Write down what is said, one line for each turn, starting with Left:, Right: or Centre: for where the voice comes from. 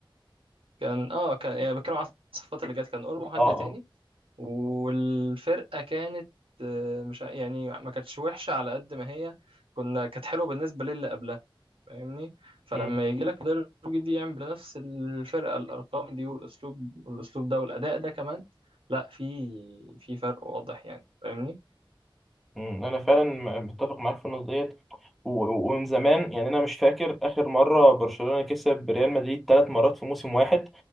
Right: كان اه كان يعني بتكلم على الصفقات اللي جت كان اولمو حد
Centre: اه اه
Right: تاني والفرقة كانت آه، مش ع- يعني ما كانتش وحشة على قد ما هي كنا كانت حلوة بالنسبة للي قبلها فاهمني فلما
Centre: مم.
Right: يجي لك مدرب جديد يعمل بنفس الفرقة الأرقام دي والأسلوب والأسلوب ده والأداء ده كمان لا في في فرق واضح يعني فاهمني
Centre: مم. انا فعلا م- متفق معاك في النقطه ديت و- و- ومن زمان يعني انا مش فاكر اخر مره برشلونه كسب ريال مدريد ثلاث مرات في موسم واحد